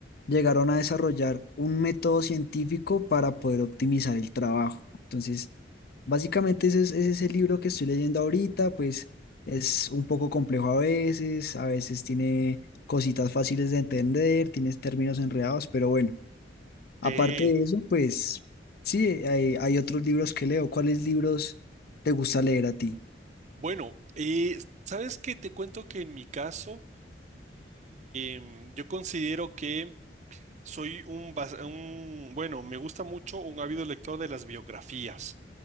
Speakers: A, on the left; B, on the right.
A: llegaron a desarrollar un método científico para poder optimizar el trabajo. Entonces, Básicamente ese es, ese es el libro que estoy leyendo ahorita, pues es un poco complejo a veces, a veces tiene cositas fáciles de entender, tienes términos enredados, pero bueno, aparte
B: Sí.
A: de eso, pues sí, hay, hay otros libros que leo. ¿Cuáles libros te gusta leer a ti?
B: Bueno, eh, ¿sabes qué? Te cuento que en mi caso, em, yo considero que Soy un, bas- un- bueno, me gusta mucho un ávido lector de las biografías.